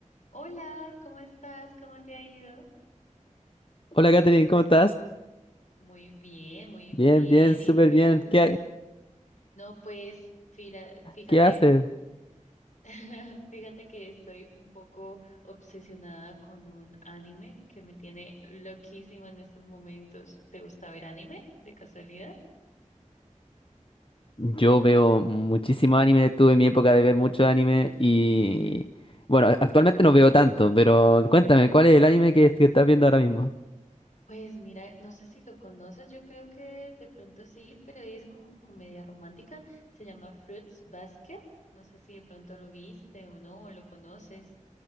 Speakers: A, on the left (about 70°); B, on the left (about 40°).
A: Hola, ¿cómo estás? ¿Cómo te ha ido?
B: Hola Katherine, ¿cómo estás?
A: Muy bien, muy
B: Bien,
A: bien.
B: bien, súper
A: ¿Y tú?
B: bien. ¿Qué, ha-
A: No, pues fira- fíjate,
B: qué haces?
A: <laughs> fíjate que estoy un poco obsesionada con un anime que me tiene loquísima en estos momentos. ¿Te gusta ver anime de casualidad?
B: Yo veo muchísimo anime, tuve mi época de ver mucho anime y bueno, actualmente no veo tanto, pero cuéntame, ¿cuál es el anime que, que estás viendo ahora mismo?
A: Pues mira, no sé si lo conoces, yo creo que de pronto sí, pero es como comedia romántica. Se llama Fruits Basket. No sé si de pronto lo viste o no, o lo conoces.